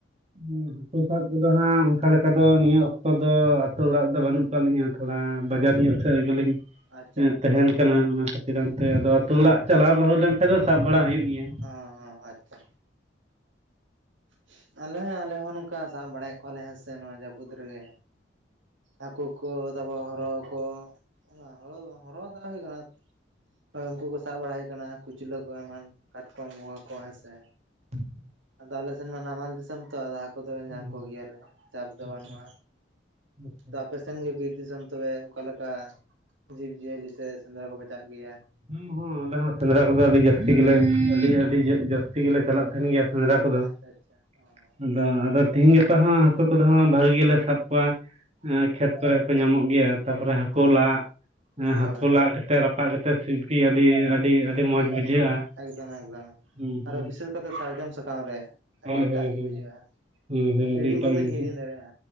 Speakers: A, on the right; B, on the right.
A: <inaudible> ᱦᱟᱹᱠᱩ ᱥᱟᱵ ᱠᱚᱫᱚ ᱦᱟᱸᱜ ᱚᱱᱠᱟ ᱞᱮᱠᱟ ᱫᱚ ᱱᱤᱭᱟᱹ ᱚᱠᱛᱚ ᱫᱚ ᱟᱹᱛᱩ ᱚᱲᱟᱜ ᱨᱮᱫᱚ ᱵᱟᱹᱱᱩᱜ ᱟᱠᱟᱫ ᱞᱤᱧᱟᱹ ᱛᱷᱚᱲᱟ ᱵᱟᱡᱟᱨ ᱧᱚᱜ ᱥᱮᱫ ᱨᱮᱜᱮ ᱞᱤᱧ <inaudible>
B: ᱟᱪᱪᱷᱟ ᱟᱪᱪᱷᱟ
A: ᱛᱟᱦᱮᱱ ᱠᱟᱱᱟ ᱚᱱᱟ ᱠᱷᱟᱹᱛᱤᱨ ᱚᱱᱛᱮ ᱟᱫᱚ ᱟᱹᱛᱩ ᱚᱲᱟᱜ ᱪᱟᱞᱟᱣ ᱨᱩᱣᱟᱹᱲ ᱞᱮᱱᱠᱷᱟᱱ ᱫᱚ ᱥᱟᱵ ᱵᱟᱲᱟ ᱦᱩᱭᱩᱜ ᱜᱮᱭᱟ
B: ᱚᱸᱦᱚᱸ ᱟᱪᱪᱷᱟ <inaudible> ᱟᱞᱮ ᱟᱞᱮ ᱦᱚᱸ ᱱᱚᱝᱠᱟ ᱥᱟᱵ ᱵᱟᱲᱟᱭᱮᱫ ᱠᱚᱣᱟᱞᱮ ᱦᱮᱸᱥᱮ ᱱᱚᱣᱟ ᱡᱟᱹᱯᱩᱫ ᱨᱮᱜᱮ ᱦᱟᱹᱠᱩ ᱠᱚ ᱛᱟᱵᱚ ᱦᱚᱨᱚ ᱠᱚ ᱚᱱᱟ ᱦᱚᱨᱚ ᱫᱚ ᱵᱟᱝ ᱦᱚᱨᱚ ᱥᱟᱵ ᱦᱩᱭ ᱟᱠᱟᱱᱟ <inaudible> ᱩᱱᱠᱩ ᱠᱚ ᱥᱟᱵ ᱵᱟᱲᱟ ᱦᱩᱭ ᱟᱠᱟᱱᱟ ᱠᱩᱪᱞᱟᱹ ᱠᱚ ᱮᱢᱟᱱ ᱠᱟᱴᱠᱚᱢ ᱜᱚᱸᱜᱷᱟ ᱠᱚ ᱦᱮᱸᱥᱮ ᱥᱮ
A: <inaudible>
B: ᱟᱫᱚ ᱟᱞᱮ ᱥᱮᱱ ᱢᱟ ᱱᱟᱢᱟᱞ ᱫᱤᱥᱚᱢ ᱛᱚ ᱟᱫᱚ ᱦᱟᱹᱠᱩ ᱫᱚᱞᱮ ᱧᱟᱢ
A: ᱦᱩᱸ
B: ᱠᱚᱜᱮᱭᱟᱞᱮ ᱪᱟᱥ ᱫᱚ
A: ᱦᱩᱸ
B: ᱵᱟᱹᱱᱩᱜᱼᱟ
A: <inaudible>
B: ᱛᱚ ᱟᱯᱮ ᱥᱮᱱ ᱜᱮ ᱵᱤᱨ ᱫᱤᱥᱚᱢ ᱛᱚᱵᱮ ᱚᱠᱟᱞᱮᱠᱟ <inaudible> ᱡᱤᱵᱽ ᱡᱤᱭᱟᱹᱞᱤ ᱥᱮ ᱥᱮᱸᱫᱽᱨᱟ ᱠᱚ ᱪᱟᱜ ᱜᱮᱭᱟ
A: ᱦᱩᱸ ᱦᱩᱸ ᱟᱞᱮ ᱦᱚᱸ ᱥᱮᱸᱫᱽᱨᱟ ᱠᱚᱫᱚ ᱟᱹᱰᱤ ᱡᱟᱹᱥᱛᱤ ᱜᱮᱞᱮ ᱟᱹᱰᱤ ᱟᱹᱰᱤ ᱡᱟᱹᱥᱛᱤ ᱜᱮᱞᱮ ᱪᱟᱞᱟᱜ ᱛᱟᱦᱮᱸᱱ ᱜᱮᱭᱟ ᱥᱮᱸᱫᱽᱨᱟ ᱠᱚᱫᱚ
B: ᱟᱪᱪᱷᱟ ᱟᱪᱪᱷᱟ
A: <inaudible>
B: ᱚ
A: ᱟᱫᱚ ᱟᱫᱚ ᱛᱤᱦᱤᱧ ᱜᱟᱯᱟ ᱦᱚᱸ ᱦᱟᱹᱠᱩ ᱠᱚᱫᱚ ᱵᱷᱟᱜᱤ ᱜᱮᱞᱮ ᱥᱟᱵ ᱠᱚᱣᱟ <inaudible> ᱠᱷᱮᱛ ᱠᱚᱨᱮ ᱦᱚᱸᱠᱚ ᱧᱟᱢᱚᱜ ᱜᱮᱭᱟ ᱛᱟᱨᱯᱚᱨᱮ ᱦᱟᱹᱠᱩ
B: ᱦᱚᱸ
A: ᱞᱟᱫ <inaudible>
B: ᱦᱳᱭ
A: ᱦᱟᱹᱠᱩ ᱞᱟᱜ ᱠᱟᱛᱮ ᱨᱟᱯᱟᱜ ᱠᱟᱛᱮ ᱥᱤᱯᱤ ᱟᱹᱰᱤ ᱟᱹᱰᱤ ᱟᱹᱰᱤ
B: ᱟᱨᱠᱤ
A: ᱢᱚᱸᱡᱽ ᱵᱩᱡᱷᱟᱹᱜᱼᱟ
B: <inaudible> ᱮᱠᱫᱚᱢ ᱮᱠᱫᱚᱢ
A: ᱦᱩᱸ ᱦᱩᱸ
B: ᱟᱨᱚ ᱵᱤᱥᱮᱥ ᱠᱟᱛᱮ ᱥᱟᱨᱡᱚᱢ ᱥᱟᱠᱟᱢ ᱨᱮ ᱟᱹᱰᱤ
A: ᱦᱳᱭ
B: ᱮᱴᱟᱜ
A: ᱦᱳᱭ ᱦᱳᱭ
B: ᱜᱮ ᱵᱩᱡᱷᱟᱹᱜᱼᱟ
A: ᱦᱳᱭ ᱦᱳᱭ
B: ᱦᱤᱲᱤᱧ
A: ᱟᱹᱰᱤᱴᱟᱜ
B: ᱵᱟᱹᱵᱤᱱ ᱦᱤᱲᱤᱧ
A: ᱜᱮ
B: ᱫᱟᱲᱮᱜ-ᱟ᱾